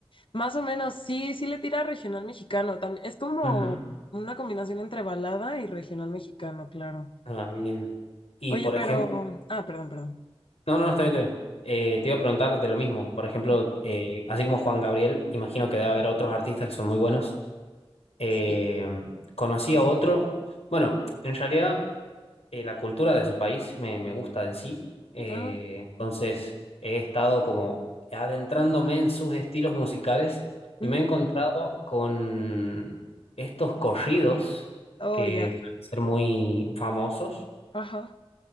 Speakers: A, on the left (about 60°); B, on the left (about 85°).
A: Más o menos, sí, sí le tira a regional mexicano. También es como
B: Ujú.
A: una combinación entre balada y regional mexicano, claro.
B: Ah, bien. Y
A: Oye,
B: por
A: pero.
B: ejemplo,
A: Ah, perdón, perdón.
B: no, no, está bien, está bien. Eh, te iba a preguntar de lo mismo. Por ejemplo,
A: Ah,
B: eh, así como Juan Gabriel, imagino que debe haber otros artistas que son muy buenos. Eh,
A: sí.
B: conocí a otro, bueno, en realidad eh, la cultura de su país me, me gusta en sí, Eh,
A: Ah,
B: entonces he estado como adentrándome en sus estilos musicales y
A: ujú.
B: me he encontrado con estos corridos
A: Oh,
B: que
A: ya.
B: suelen ser muy famosos.
A: Ajá.